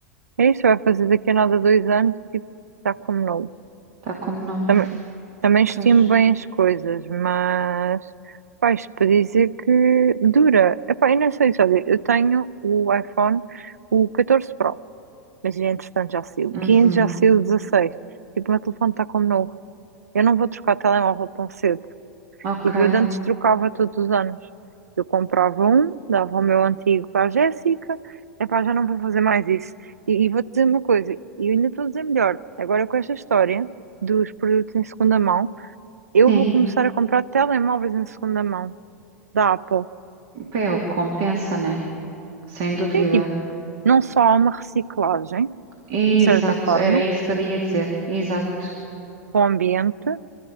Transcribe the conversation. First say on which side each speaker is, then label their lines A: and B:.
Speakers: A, on the right; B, on the right.
A: É isso, vai fazer daqui a nada dois anos e tipo, está como novo.
B: Está como novo.
A: Também, também estimo
B: Pois.
A: bem as coisas, mas pá, isto para dizer que dura. Epá, eu não sei isso, olha, eu tenho o iPhone, o 14 Pro, mas entretanto já saiu o
B: Uhum.
A: 15, já saiu o 16. Tipo, o meu telefone está como novo. Eu não vou trocar telemóvel tão cedo.
B: Ok.
A: E eu de antes trocava todos os anos. Eu comprava um, dava o meu antigo para a Jéssica. Epá, já não vou fazer mais isso. E, e vou-te dizer uma coisa, e eu ainda estou a dizer melhor. Agora com esta história dos produtos em segunda mão, eu
B: Sim,
A: vou começar a comprar telemóveis em segunda mão da Apple.
B: Pá, é o que compensa, né? Sem dúvida.
A: Sim, tipo, não só há uma reciclagem,
B: Exato,
A: de certa forma,
B: era isso que eu ia dizer. Exato.
A: para o ambiente,